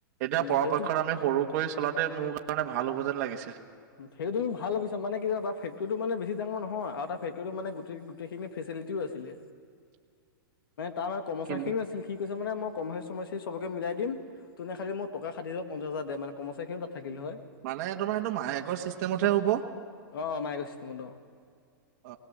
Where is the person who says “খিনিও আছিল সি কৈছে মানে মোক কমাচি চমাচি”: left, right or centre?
Left